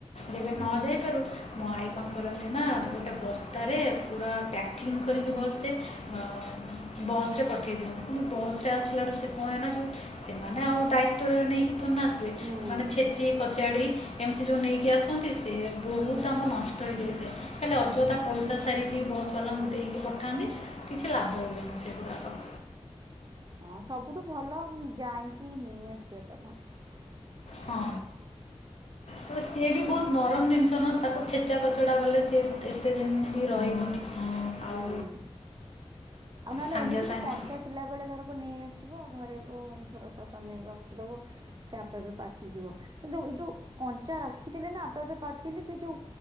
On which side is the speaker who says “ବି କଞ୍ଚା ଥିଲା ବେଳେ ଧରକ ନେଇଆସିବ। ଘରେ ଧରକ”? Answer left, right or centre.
Right